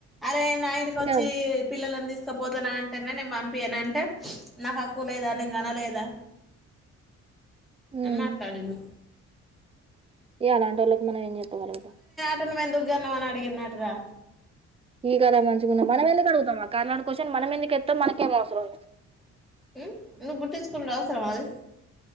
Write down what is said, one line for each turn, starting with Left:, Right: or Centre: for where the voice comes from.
Centre: అరే నా ఇంటికొచ్చి
Right: ఇంకా
Centre: పిల్లలన్ దీస్ ఇక పోతున్న అంటేనే నేను పంపియ్యనంటే నాకు హక్కు లేదా నేను కనలేదా
Right: ఉమ్
Centre: న మాట్లాడును
Right: అలాంటళ్ల మ గు
Centre: పట్టన ఎందుకుగాన్నామని అడిగన్నటు్రా
Right: ఈ కదా మంచిగాంద మనం ఎందుకు అడుగుతామా కననాడు కోచ్చని మనం ఎందుకుెస్తాం మనకేం అవసరం
Centre: ఉమ్ నువ్వు పుట్టించుకునుడు అవసరమా అది